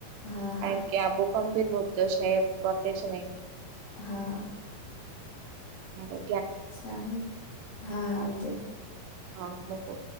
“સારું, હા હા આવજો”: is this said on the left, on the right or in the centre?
Left